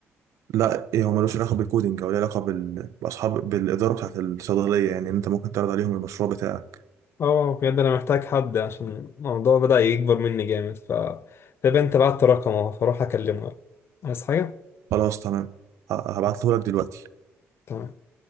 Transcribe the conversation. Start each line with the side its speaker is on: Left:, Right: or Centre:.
Right: لا إيه هو ملوش علاقه بالكودينج او ليه علاقه بال... باصحاب بالاداره بتاعت الصيدليه يعني انت ممكن تعرض عليهم المشروع بتاعك
Left: اه بجد أنا محتاج حد عشان الموضوع بدأ يكبر مني جامد ف طب أنت بعت رقمه فأروح أكلمه عايز حاجة؟
Right: خلاص تمام ه- هبعته لك دلوقتي
Left: تمام